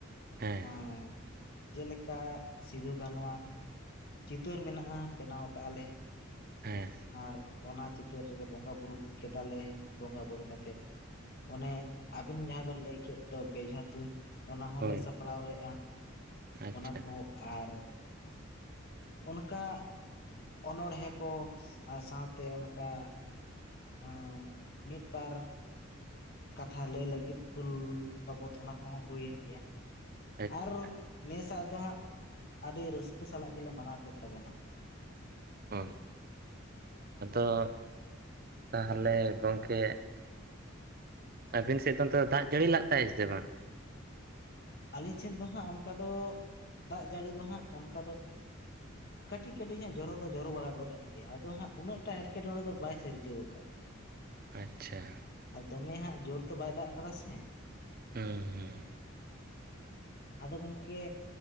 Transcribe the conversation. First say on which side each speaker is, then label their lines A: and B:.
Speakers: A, on the right (about 45°); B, on the left (about 50°).
A: ᱦᱮᱸ
B: ᱟᱸ ᱡᱮᱞᱮᱠᱟ ᱥᱤᱫᱩ ᱠᱟᱱᱩᱣᱟᱜ, ᱪᱤᱛᱟᱹᱨ ᱢᱮᱱᱟᱜ-ᱟ ᱵᱮᱱᱟᱣ ᱟᱠᱟᱜ ᱟᱞᱮ
A: ᱦᱮᱸ
B: ᱟᱨ ᱚᱱᱟ ᱪᱤᱛᱟᱹᱨ ᱨᱮᱜᱮ ᱵᱚᱸᱜᱟ ᱵᱩᱨᱩ ᱠᱮᱫᱟᱞᱮ ᱵᱚᱸᱜᱟ ᱵᱩᱨᱩ ᱠᱟᱛᱮᱜ, ᱚᱱᱮ ᱟᱵᱤᱱ ᱡᱟᱦᱟᱸ ᱵᱤᱱ ᱞᱟᱹᱭ ᱠᱮᱫ ᱫᱚ ᱵᱮᱡᱷᱟ ᱛᱩᱧ ᱚᱱᱟ ᱦᱚᱸᱞᱮ
A: ᱦᱳᱭ
B: ᱥᱟᱯᱲᱟᱣ ᱞᱮᱜ-ᱟ
A: ᱟᱪᱪᱷᱟ
B: ᱚᱱᱟ ᱠᱚ ᱟᱨ ᱚᱱᱠᱟ ᱚᱱᱚᱬᱦᱮ ᱠᱚ ᱟᱨ ᱥᱟᱶᱛᱮ ᱚᱱᱠᱟ ᱚ ᱢᱤᱫ ᱵᱟᱨ ᱠᱟᱛᱷᱟ ᱞᱟᱹᱭ ᱞᱟᱹᱜᱤᱫ ᱦᱩᱞ ᱵᱟᱵᱚᱫ ᱚᱱᱟ ᱠᱚᱦᱚᱸ ᱦᱩᱭᱮᱱ ᱜᱮᱭᱟ᱾
A: ᱟᱪᱪᱷᱟ
B: ᱟᱨ ᱱᱮᱥᱟᱜ ᱫᱚ ᱦᱟᱸᱜ ᱟᱹᱰᱤ ᱨᱟᱹᱥᱠᱟᱹ ᱥᱟᱞᱟᱜ ᱜᱮᱞᱮ ᱢᱟᱱᱟᱣ ᱠᱮᱫ ᱛᱟᱵᱚᱱᱟ᱾
A: ᱦᱳᱭ ᱟᱫᱚ ᱛᱟᱦᱚᱞᱮ ᱜᱚᱝᱠᱮ ᱟᱵᱤᱱ ᱥᱮᱫ ᱫᱚ ᱚᱱᱛᱮ ᱫᱚ ᱫᱟᱜ ᱡᱟᱹᱲᱤ ᱞᱟᱜ ᱛᱟᱭ ᱥᱮ ᱵᱟᱝ?
B: ᱟᱹᱞᱤᱧ ᱪᱷᱮᱫ ᱫᱚ ᱦᱟᱸᱜ ᱚᱱᱠᱟ ᱫᱚ ᱫᱟᱜ ᱡᱟᱹᱲᱤ ᱫᱚ ᱦᱟᱸᱜ ᱚᱱᱠᱟ ᱫᱚ ᱠᱟᱹᱴᱤᱡ ᱠᱟᱹᱴᱤᱡ ᱦᱟᱸᱜ ᱡᱚᱨᱚ ᱫᱚ ᱡᱚᱨᱚ ᱵᱟᱲᱟ ᱜᱚᱫ ᱮᱱ ᱜᱮᱭᱟ ᱟᱫᱚ ᱦᱟᱸᱜ ᱩᱱᱟᱹᱜ ᱴᱟᱜ ᱮᱴᱠᱮᱴᱚᱬᱮ ᱫᱚ ᱵᱟᱭ ᱥᱤᱨᱡᱟᱹᱣ ᱠᱟᱜ-ᱟ᱾ <inaudible>
A: ᱟᱪᱪᱷᱟ
B: ᱟᱨ ᱫᱚᱢᱮ ᱦᱟᱸᱜ ᱡᱳᱨ ᱛᱚ ᱵᱟᱭ ᱫᱟᱜ ᱟᱠᱟᱫᱟ ᱥᱮ,
A: ᱦᱩ-ᱦᱩ ᱾
B: ᱟᱫᱚ ᱜᱚᱝᱠᱮ,